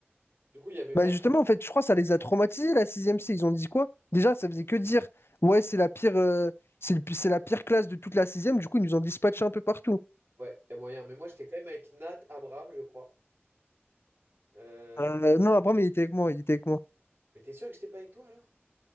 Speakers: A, on the right (about 65°); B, on the left (about 65°).
A: Du coup, il y avait Manil.
B: Bah justement, en fait, je crois que ça les a traumatisés, la sixième C. Ils ont dit quoi? Déjà, ça faisait que dire, ouais, c'est la pire, euh, c'est le- pi- c'est la pire classe de toute la sixième. Du coup, ils nous ont dispatché un peu partout.
A: Ouais, il y a moyen. Mais moi, j'étais quand même avec Nat, Abraham, je crois. Euh,
B: Euh, non, Abraham, il était avec moi, il était avec moi.
A: Mais t'es sûr que j'étais pas avec toi alors?